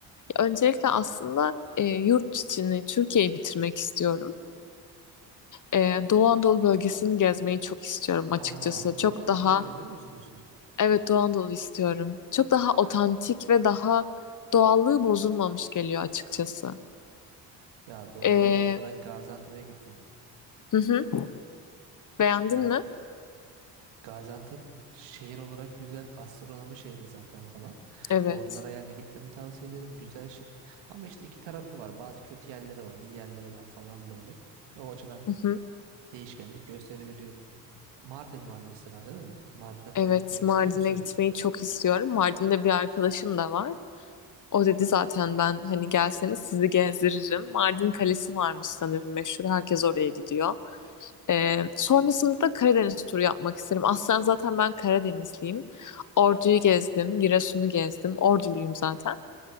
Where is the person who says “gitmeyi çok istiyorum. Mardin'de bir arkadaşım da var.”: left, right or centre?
Left